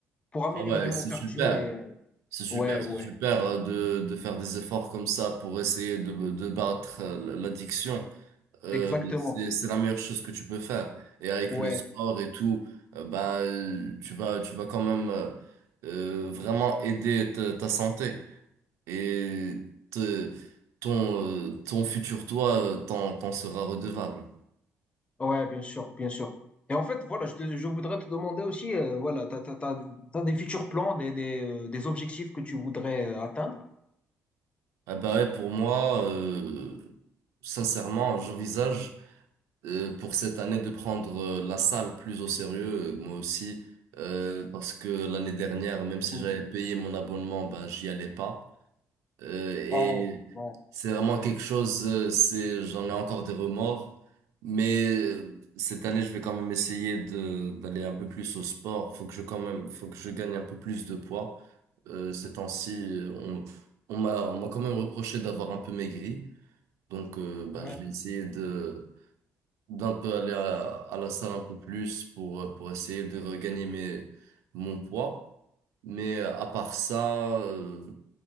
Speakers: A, on the left; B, on the right.
A: pour améliorer
B: Ah ouais,
A: mon
B: c'est
A: cardio.
B: super.
A: Et euh,
B: C'est super,
A: ouais, ouais,
B: c'est super euh, de, de faire des efforts comme ça pour essayer de, de battre euh, l'addiction. Euh,
A: exactement.
B: c'est, c'est la meilleure chose que tu peux faire. Et avec
A: Ouais.
B: le sport et tout, euh, bah, euh, tu vas, tu vas quand même euh, euh, vraiment aider ta, ta santé. Et te- ton, euh, ton futur toi euh, t'en, t'en sera redevable.
A: Ouais, bien sûr, bien sûr. Et en fait, voilà, je, te- je voudrais te demander aussi, euh, voilà, t'as, t'as, t'as, t'as des futurs plans, des, des, euh, des objectifs que tu voudrais euh, atteindre?
B: Ah bah ouais, pour moi, euh, sincèrement, j'envisage. euh, pour cette année de prendre euh, la salle plus au sérieux, euh, moi aussi, euh, parce que l'année dernière, même si
A: Ou-
B: j'avais payé mon abonnement, ben, j'y allais pas. Euh, et
A: Ouais, ouais,
B: c'est vraiment quelque chose, euh, c'est, j'en ai encore des remords, mais euh, cette année, je vais quand même essayer de, d'aller un peu plus au sport. Faut que je quand même, faut que je gagne un peu plus de poids. Euh, ces temps-ci, euh, on, on m'a, on m'a quand même reproché d'avoir un peu maigri. Donc, euh, ben,
A: ouais.
B: je vais essayer de d'un peu aller à, à la salle un peu plus pour, pour essayer de regagner mes, mon poids. Mais euh, à part ça, euh,